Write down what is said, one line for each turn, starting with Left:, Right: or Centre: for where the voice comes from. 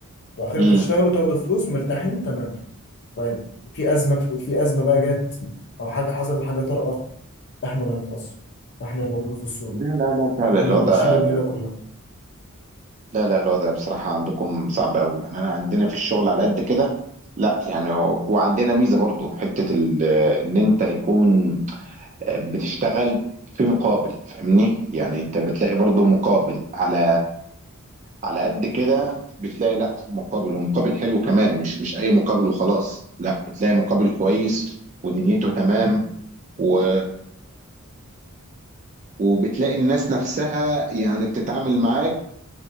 Left: واخركم
Right: امم
Left: تشتغلوا تاخدوا فلوس مرتاحين تمام طيب في ازمه في ازمه بقى جت او حاجه حصلت حاجه طارئه احنا اللي نتاثر واحنا اللي موجودين في الصوره
Right: لا لا لا فعلا
Left: واحنا
Right: الوضع
Left: اللي نشيل الليله كلها
Right: لا لا الوضع بصراحه عندكم صعب قوي يعني انا عندنا في الشغل على قد كده لا يعني و- وعندنا ميزه برضه في حته ال- ان انت يكون بتشتغل في مقابل فاهمني يعني انت بتلاقي برضو مقابل على على قد كده بتلاقي لا مقابل ومقابل حلو كمان مش مش اي مقابل وخلاص لا بتلاقي مقابل كويس ودنيته تمام و وبتلاقي الناس نفسها يعني بتتعامل معاك